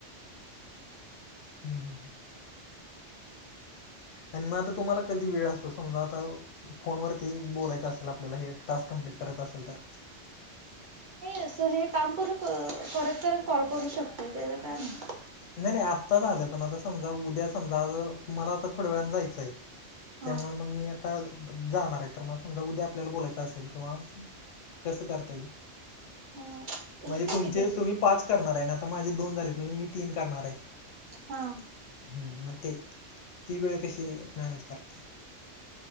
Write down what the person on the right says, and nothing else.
अस हे काम करू करत करत कॉल करू शकतोय त्याचं का नाही.
हा.
अ
होतं
की तसं
हा.